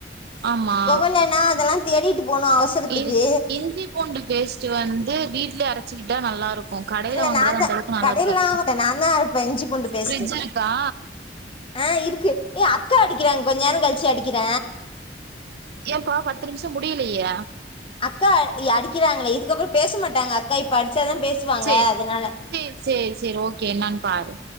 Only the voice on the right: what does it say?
ஆமா
இஞ் இஞ்சி பூண்டு பேஸ்ட்டு வந்து வீட்லயே அரைச்சிக்கிட்டா நல்லாருக்கு கடையில
வாங்குறது
அந்த
அளவுக்கு நல்லாருக்காது
ஃபிரிட்ஜ் இருக்கா
ஏப்பா பத்து நிமிஷோ முடியலயே
சேரி
சேரி சேரி சேரி ஓகே என்னானு பாரு